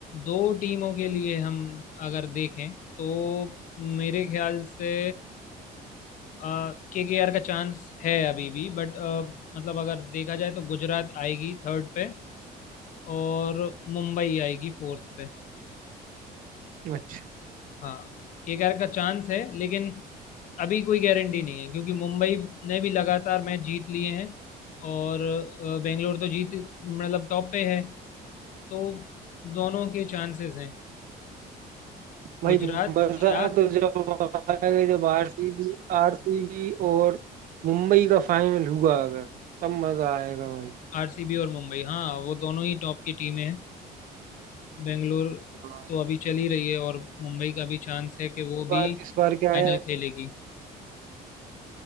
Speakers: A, on the left; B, on the right.
A: दो टीमों के लिए हम अगर देखें तो मेरे ख्याल से के के आर का चांस है अभी भी बट मतलब अगर देखा जाए तो गुजरात आएगी थर्ड पे और मुंबई आएगी फोर्थ पे
B: अच्छा
A: हाँ के के आर का चांस है लेकिन अभी कोई गारंटी नहीं है क्योंकि मुंबई ने भी लगातार मैच जीत लिए हैं और अ, बेंगलोर तो जीत मतलब टॉप पे है तो दोनों के चांसेस हैं
B: भाई
A: गुजरात
B: मजा
A: या
B: तो जब आएगा जब आरसीबी आरसीबी और मुंबई का फाइनल हुआ अगर तब मजा आएगा भाई
A: आरसीबी और मुंबई हाँ वो दोनों ही टॉप की टीमें हैं बेंगलोर
B: हाँ, इस
A: तो अभी चल ही रही है और मुंबई का भी चांस है कि वो
B: बार
A: भी
B: इस बार क्या
A: फाइनल
B: है
A: खेलेगी